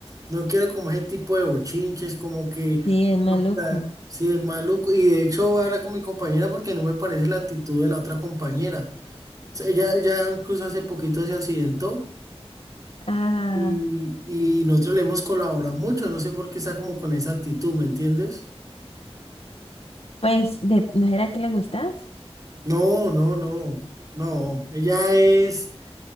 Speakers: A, on the right; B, on the left.
A: no quiero como ese tipo de bochinches, como que
B: Sí, es maluco.
A: no, para- sí es maluco. Y de hecho voy a hablar con mi compañera porque no me parece la actitud de la otra compañera. O sea, Ella, ella incluso hace poquito se accidentó.
B: Ah.
A: Y, y nosotros le hemos colaborado mucho, no sé por qué está como con esa actitud, ¿me entiendes?
B: Pues, de, ¿no era que le gustas?
A: No, no, no, no. Ella es,